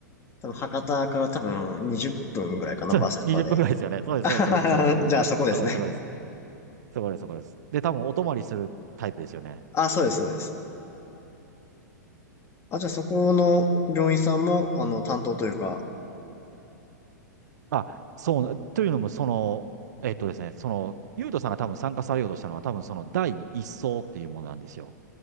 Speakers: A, on the left; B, on the right.
A: 多分博多から多分20分ぐらいかな、
B: <laughs> そう20分ぐらいですよね。
A: バスとかで。<laughs>
B: そうです、
A: あはははじゃあそこですね。
B: そうです、そうです、そうですそこです、そこです、そこです、そこです、そこです、そこです。で、多分お泊まりするタイプですよね。
A: あ、そうです、そうです。あ、じゃあそこの病院さんも、あの、担当というか、
B: あ、そう、というのも、その、えっとですね、その、ゆうとさんが多分参加されようとしたのは、多分その第一層っそうっていうものなんですよ。